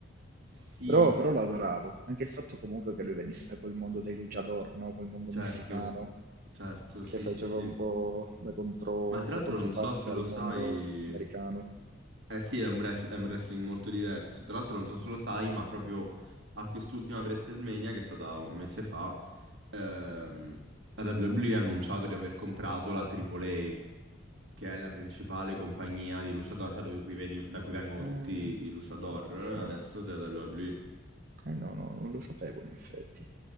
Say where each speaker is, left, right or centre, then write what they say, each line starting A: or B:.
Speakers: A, on the right (about 65°); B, on the right (about 45°).
A: Sì,
B: Però, però lo adoravo. Anche il fatto comunque che lui venisse da quel mondo dei luchador, no? Quel mondo
A: certo,
B: messicano
A: certo,
B: che
A: sì,
B: faceva
A: sì, sì.
B: un po' da contro-
A: Ma tra
B: da
A: l'altro
B: controparte
A: non so se lo
B: al
A: sai,
B: mondo americano.
A: Eh sì, è un, wrest- è un wrestling molto diverso. Tra l'altro, non so se lo sai, ma proprio a quest'ultima WrestleMania, che è stata un mese fa, ehm, la WWE ha annunciato di aver comprato la AAA, che è la principale compagnia di luchador, cioè da cui, veni- da cui vengono
B: Ah,
A: tutti i luchador
B: ok.
A: adesso della WWE.
B: Eh no, no, non lo sapevo in effetti.